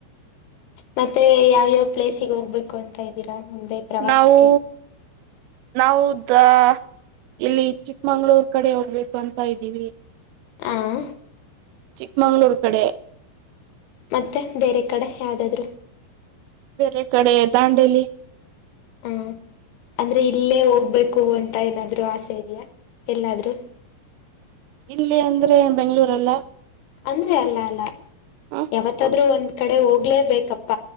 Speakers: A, on the left (about 75°); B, on the right (about 80°).
A: ಮತ್ತೆ ಯಾವ್ಯಾವ್ ಪ್ಲೇಸಿಗೆ ಹೋಗ್ಬೇಕು ಅಂತ ಇದ್ದೀರಾ ಮುಂದೆ ಪ್ರವಾಸಕ್ಕೆ
B: ನಾವು ನಾವು ದ ಇಲ್ಲಿ ಚಿಕ್ಕಮಂಗಳೂರ್ ಕಡೆ ಹೋಗ್ಬೇಕು ಅಂತ ಇದ್ದೀವಿ.
A: ಹ
B: ಚಿಕ್ಕಮಂಗಳೂರು ಕಡೆ
A: ಮತ್ತೆ ಬೇರೆ ಕಡೆ ಯಾವ್ದಾದ್ರು
B: ಬೇರೆ ಕಡೆ ದಾಂಡೇಲಿ
A: ಹ್ಮ್ ಅಂದ್ರೆ ಇಲ್ಲೇ ಹೋಗ್ಬೇಕು ಅಂತ ಏನಾದ್ರು ಆಸೆ ಇದಿಯಾ ಎಲ್ಲಾದ್ರು
B: ಇಲ್ಲಿ ಅಂದ್ರೆ ಬೆಂಗಳೂರಲ್ಲ
A: ಅಂದ್ರೆ ಅಲ್ಲ ಅಲ್ಲ
B: ಹ
A: ಯಾವತ್ತಾದ್ರೂ ಒಂದ್ ಕಡೆ ಹೋಗ್ಲೇಬೇಕಪ್ಪ